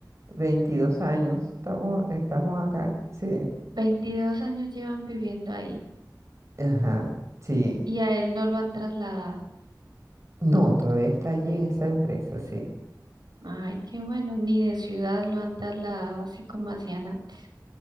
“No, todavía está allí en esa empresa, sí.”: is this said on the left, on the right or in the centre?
Right